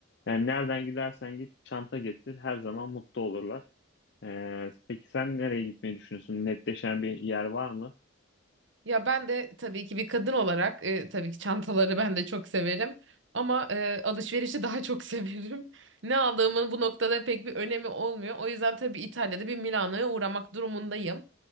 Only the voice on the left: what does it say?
Yani nereden gidersen git çanta getir. Her zaman mutlu olurlar. Ee, peki sen nereye gitmeyi düşünüyorsun? Netleşen bir yer var mı?